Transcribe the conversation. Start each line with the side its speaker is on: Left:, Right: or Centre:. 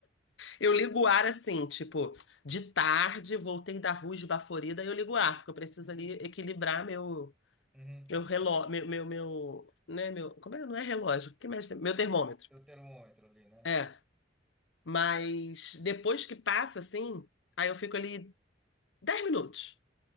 Left: Eu ligo o ar assim, tipo, de tarde, voltei da rua esbaforida, eu ligo o ar, porque eu preciso ali equilibrar meu
Centre: Uhum.
Left: Meu relógio, meu, meu, meu, né, meu, como é? Não é relógio, o que mexe? Meu termômetro.
Centre: Teu termômetro ali, né?
Left: É. Mas depois que passa, assim, aí eu fico ali 10 minutos.